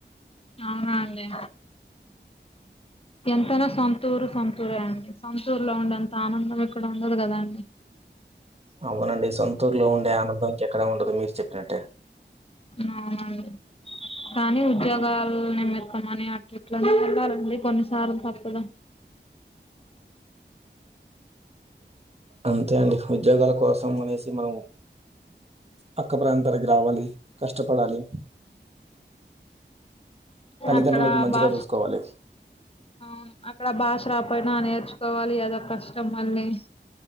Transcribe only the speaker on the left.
అవునా అండి ఎంతైనా సొంతూరు సొంతూరే అండి సొంతూరు లో ఉండే అంత ఆనందం ఇక్కడ ఉండదు కదాండి
అవునండి కానీ ఉద్యోగాల నిమ్మిత్తమని అట్లిట్లని వెళ్ళాలండి కొన్నిసార్లు తప్పదు
అక్కడ
భాష
అవును అక్కడ బాష రాపోయినా నేర్చుకోవాలి అదో కష్టం మళ్ళీ